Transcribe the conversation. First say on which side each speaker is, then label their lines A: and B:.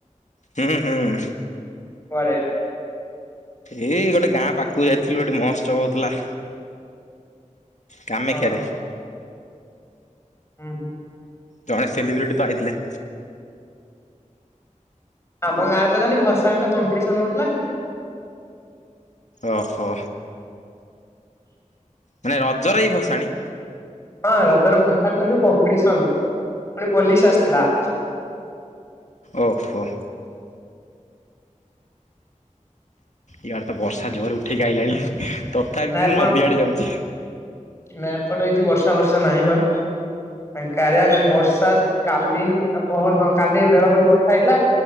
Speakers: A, on the left (about 60°); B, on the left (about 20°).
A: ହୁଁ ହୁଁ।
B: କୁଆଡେ?
A: ଏଇ ଗୋଟେ ଗାଁ ପାଖକୁ ଯାଇଥିଲୁ ଗୋଟେ ମହୋତ୍ସବ ହଉଥିଲା। କାମେକ୍ଷାରେ
B: ଓହୋ ହୁଁ ହୁଁ।
A: ଜଣେ ସେଲିବ୍ରିଟି ତ ଆଇଥିଲେ।
B: ଆମ ଗାଁରେ ତ ଖାଲି ଭସାଣିର କମ୍ପିଟିସନ ହଉଥିଲା।
A: ଓହୋ। ମାନେ ରଜରେ ଏଇ ଭସାଣି?
B: ହଁ ରଜର ଭସଣି ଯୋଉ କମ୍ପିଡ଼ିସନ ଫୁଣି ପୋଲିସ ଆସିଥିଲା।
A: ଓହୋ। ଇଆଡ଼େ ତ ବର୍ଷା ଜୋରେ ଉଠେଇକି ଆଇଲାଣି ତଥାପି
B: ନା
A: ମୁଁ
B: ଏପଟ
A: ନଦୀଆଡ଼େ ଯାଉଛି।
B: ନା ଏପଟେ କିଛି ବର୍ଷା ଫର୍ଷା ନାହିଁ ବା। ଆକାରିଆ କାଲି ବର୍ଷା କାଲିି ତା ପହର ଦିନ କାଲି ବେଳବେଳେ ବର୍ଷା ହେଇଥିଲା।